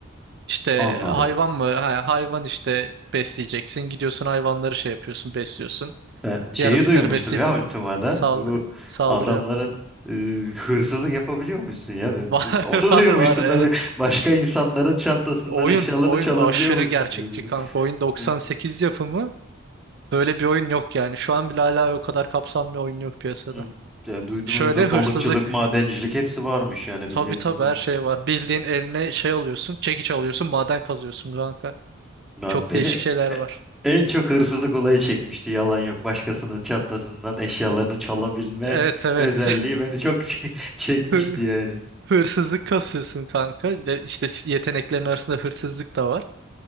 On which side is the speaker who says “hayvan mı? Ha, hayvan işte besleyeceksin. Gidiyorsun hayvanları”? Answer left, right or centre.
Right